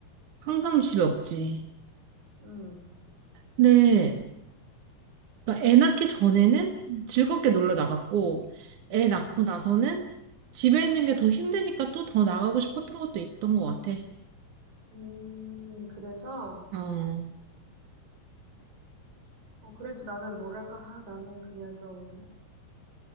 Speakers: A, on the right; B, on the right.
A: 항상 집에 없지.
B: 응,
A: 근데 그러니까 애 낳기 전에는 즐겁게 놀러 나갔고 애 낳고
B: 응.
A: 나서는 집에 있는 게 더 힘드니까 또 더 나가고 싶었던 것도 있던 것 같아.
B: 음, 그래서,
A: 어.
B: 어, 그래도 나는 뭐랄까, 아, 나는 그냥 좀,